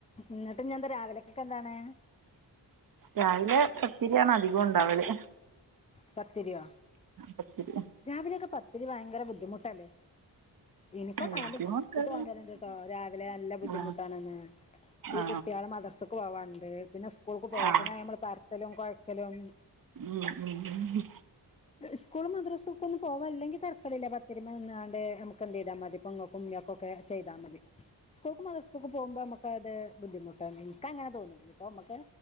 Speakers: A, on the left; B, on the right.
A: എന്നിട്ട് ഞ എന്താ രാവിലെയക്കൊക്കെ എന്താണ്
B: രാവിലെ പത്തിരിയാണ് അതികോം ഉണ്ടാവല്
A: പത്തിരിയോ
B: പത്തിരി
A: രാവിലൊക്കെ പത്തിരി ഭയങ്കര ബുദ്ധിമുട്ടല്ലേ ഇൻക്കൊക്കെ
B: ബുദ്ധിമുട്ട്
A: അങ്ങനെ തോന്നലണ്ട് രാവിലെ നല്ല ബുദ്ധിമുട്ടാണ്ന്ന്
B: ആ
A: ഈ
B: ആ
A: കുട്ട്യാൾ മദ്രസക്ക് പോവാണ്ട് പിന്നെ സ്കു സ്കൂൾക്ക് പോവാം
B: ആ
A: പിന്നെ നമ്മൾ പരത്തലും കൊഴയ്ക്കലും
B: ഉം -ഉം- ഉ
A: സ്കൂളും മദ്രാസക്കെ ഒന്ന പോവാനിലെ ങ്കിൽ തിരക്കളില്ല പത്തിരുമ നിന്നാണ്ട് നമുക്ക് എന്ത് ചെയ്താൽ മതി നമുമക്കൊക്കെ ചെയ്താ മതി സ്കൂൾക്കും മദ്രസ്ക്കും പോകുമ്പോ ത് ബുദ്ധിമുട്ട് എനക്ക് അങ്ങനെ തോന്നുന്നു ഇപ്പൊ നമുക്ക്